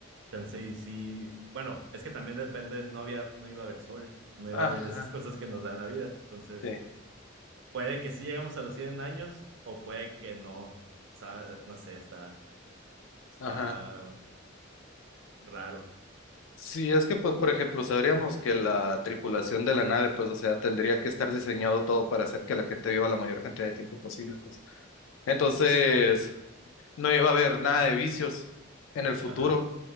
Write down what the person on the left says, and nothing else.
ajá,
sí,
ajá.
Sí, es que pues por ejemplo, sabríamos que la tripulación de la nave, pues o sea, tendría que estar diseñado todo para hacer que la gente viva la mayor cantidad de tiempo posible, pues. Entonces, no iba a haber nada de vicios en el futuro.